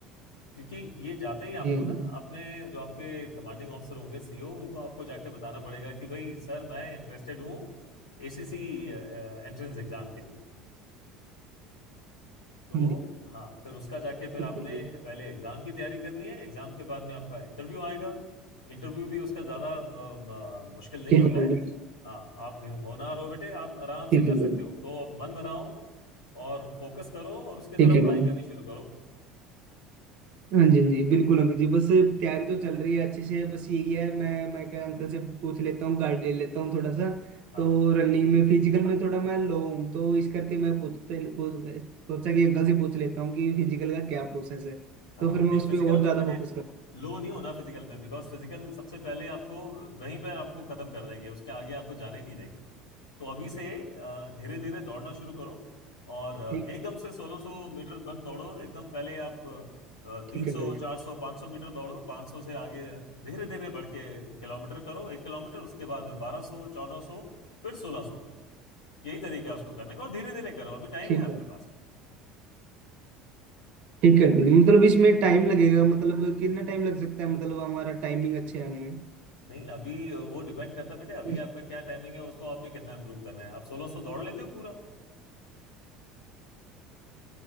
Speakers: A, on the left; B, on the right.
A: क्योंकि ये जाते ही आपको
B: जी अंकल
A: ना
B: जी।
A: अपने जो आपके कमांडिंग ऑफिसर होंगे सीईओ उनको आपको जाके बताना पड़ेगा कि भाई सर मैं इंटरेस्टेड हूँ एसीसी एंट्रेंस एग्जाम के लिए तो
B: हाँ जी
A: हाँ फिर उसका जाके फिर
B: ठीक
A: आपने
B: है अंकल जी।
A: पहले एग्जाम की तैयारी करनी है एग्जाम के बाद में आपका इंटरव्यू आएगा इंटरव्यू भी उसका ज़्यादा मुश्किल नहीं
B: ठीक
A: होता
B: है अंकल
A: है
B: जी।
A: हाँ आप हिन- होनहार हो बेटे आप आराम से
B: ठीक
A: कर
B: है
A: सकते
B: अंकल जी।
A: हो तो अब मन बनाओ और फोकस करो और उसके तरफ
B: ठीक है
A: पढ़ाई
B: अंकल
A: करनी
B: जी।
A: शुरू करो
B: हाँ जी हाँ जी बिल्कुल अंकल जी बस तैयारी तो चल रही है अच्छे से बस यही है मैं मैं क्या अंकल से पूछ लेता हूँ गाइड ले लेता हूँ थोड़ा सा
A: हाँ
B: तो रनिंग में फिजिकल में थोड़ा मैं लो हूँ तो इस करके मैं पूछते पूछ- सोचा कि अंकल से पूछ लेता हूँ कि फिजिकल का क्या प्रोसेस है
A: हाँ
B: तो फिर मैं
A: नहीं
B: उस
A: फिजिकल
B: पर और
A: में
B: ज्यादा
A: बेटे
B: फोकस
A: लो नहीं होना फिजिकल में बिकॉज फिजिकल सबसे पहले आपको वहीं पे आपको खत्म कर देंगे उसके आगे आपको जाने ही नहीं देंगे तो अभी से धीरे धीरे दौड़ना शुरू करो और अ,
B: ठीक
A: एकदम से 1600 मीटर बंद दौड़ो एकदम पहले आप
B: ठीक
A: तीन सौ
B: है भाई
A: चार सौ पाँच सौ मीटर दौड़ो 500 से आगे धीरे धीरे बढ़ के किलोमीटर करो एक किलोमीटर उसके बाद में बारह सौ चौदह सौ फिर सोलह सौ का यही तरीका है उसको करने का और धीरे धीरे करो अभी टाइम
B: ठीक
A: है आपके
B: है
A: पास में
B: ठीक है अंकल जी मतलब इसमें टाइम लगेगा मतलब कितना टाइम लग सकता है मतलब हमारा टाइमिंग अच्छे आने में
A: नहीं अभी अ, वो डिपेंड करता है बेटे अभी
B: इस-
A: आपका क्या टाइमिंग है उसको आपने कितना इंप्रूव करना है आप सोलह सौ दौड़ लेते हो पूरा